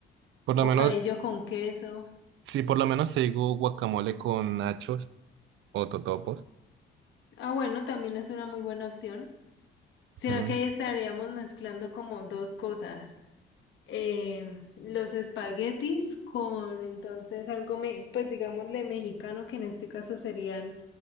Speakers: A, on the right; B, on the left.
A: Por
B: bocadillo
A: lo menos,
B: con queso.
A: si por lo menos te digo guacamole con nachos o totopos.
B: Ah, bueno, también es una muy buena opción. Sino
A: Mm,
B: que ahí estaríamos mezclando como dos cosas. Em, los espaguetis con entonces algo, me- pues digámosle mexicano, que en este caso serían